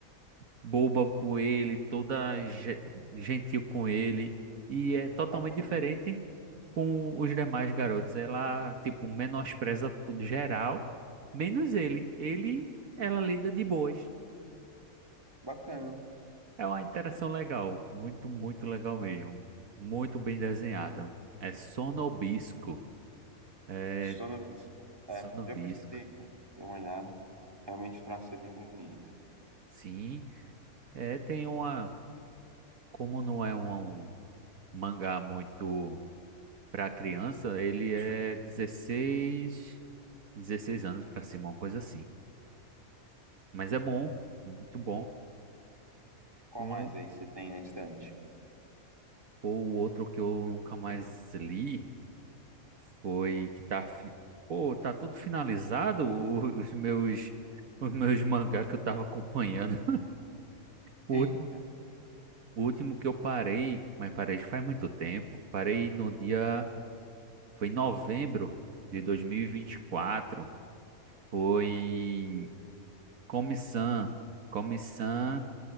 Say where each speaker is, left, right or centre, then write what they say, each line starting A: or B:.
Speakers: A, on the right; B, on the right.
A: boba com ele, toda ge- gentil com ele, e é totalmente
B: Bacana.
A: diferente com os demais garotos. Ela, tipo, menospreza tudo geral, menos ele. Ele, ela lida de boas.
B: Bacana.
A: É uma interação legal, muito, muito legal mesmo. Muito bem desenhada. É Sonobisco. É
B: Sono Bispo.
A: Sonobisco.
B: É, já pesquisei aqui, dei uma olhada. Realmente o traço é bem bonito.
A: Sim, é, tem uma, como não é um um mangá muito Para criança, ele é dezesseis 16 anos para cima, uma coisa assim. Mas é bom, muito bom.
B: Qual
A: Um
B: mais aí você tem na estante?
A: ou outro que eu nunca mais li foi que tá, fi- pô, tá tudo finalizado o- os meus os meus mangá que eu tava acompanhando. O
B: Eita.
A: último, o último que eu parei, mas parei faz muito tempo. Parei no dia, foi em novembro de dois mil e e vinte e quatro foi Comissão, Comissão